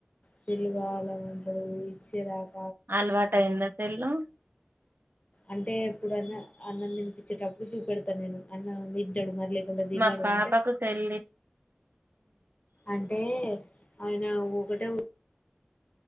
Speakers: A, on the left; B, on the right.
A: సెల్లు కావాలని ఉంటాడు ఇచ్చేదాక
B: అలవాటైంది ఆ సెల్లు
A: అంటే ఎప్పుడన్న అన్నం తినిపించేటప్పుడు చూపెడతా నేను అన్నం తింటాడు మరి లే పోతే తినడు
B: మా పాపకు
A: అంటే
B: సెల్
A: అంటే అయినా ఒకటే ఉ